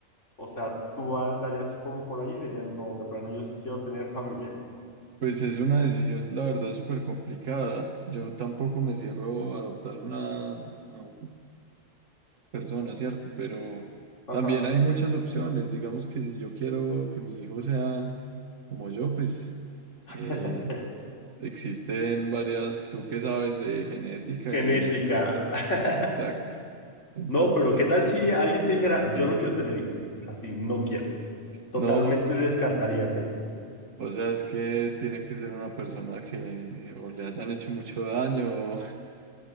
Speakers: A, on the left; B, on the right.
A: O sea, tú al darías como por ahí, dirías, no, de plano, yo sí quiero tener familia.
B: Pues es una decisión, la verdad, súper complicada. Yo tampoco me cierro a adoptar una, a una persona, ¿cierto? Pero
A: Ajá.
B: también hay muchas opciones. Digamos que si yo quiero que mi hijo sea como yo, pues
A: <laughs>
B: eh, existen varias, tú que sabes de genética
A: Genética.
B: y de...
A: <laughs>
B: Exacto. Entonces,
A: No, pero ¿qué tal si alguien te dijera, yo no quiero tener hijos? Así, no quiero. Totalmente
B: no,
A: descartarías eso.
B: o sea, es que tiene que ser una persona que o le hayan hecho mucho daño